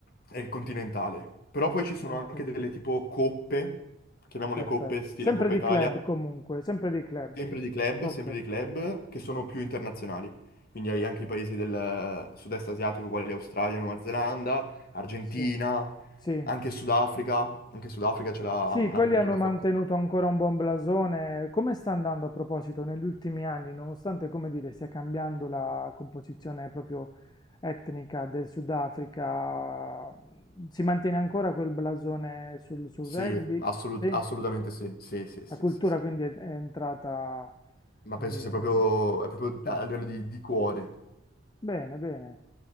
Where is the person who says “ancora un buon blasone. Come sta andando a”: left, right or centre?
Left